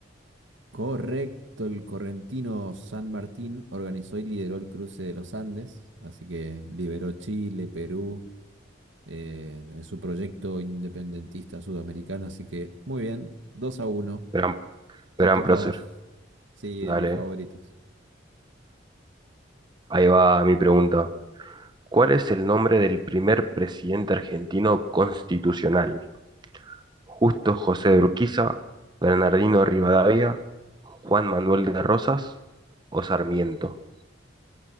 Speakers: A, on the right; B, on the right.
A: Correcto, el correntino San Martín organizó y lideró el cruce de los Andes, así que liberó Chile, Perú. eh, en su proyecto independentista sudamericano. Así que muy bien, dos a uno
B: gran,
A: te
B: gran
A: toca
B: prócer.
A: a vos. Sí,
B: Dale,
A: de mis favoritos.
B: ahí va mi pregunta. ¿Cuál es el nombre del primer presidente argentino constitucional? Justo José de Urquiza, Bernardino Rivadavia, Juan Manuel de Rosas o Sarmiento.